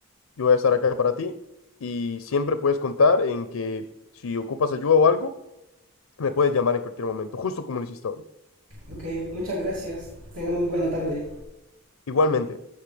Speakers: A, on the left; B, on the right.
A: Yo voy a estar acá para ti y siempre puedes contar en que si ocupas ayuda o algo, me puedes llamar en cualquier momento, justo como lo hiciste hoy.
B: Ok, muchas gracias. Tenga muy buena tarde.
A: Igualmente.